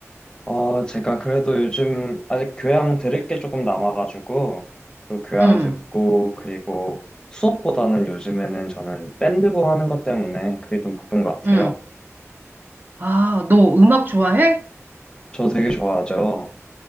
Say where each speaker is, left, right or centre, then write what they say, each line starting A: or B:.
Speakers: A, on the left (about 15°); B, on the right (about 40°).
A: 어, 제가 그래도 요즘 아직 교양 들을 게 조금 남아가지고, 또 교양
B: 응,
A: 듣고, 그리고 수업보다는 요즘에는 저는 밴드부 하는 것 때문에 그게 좀 바쁜 것 같아요.
B: 응. 아, 너 음악 좋아해?
A: 저 되게 좋아하죠.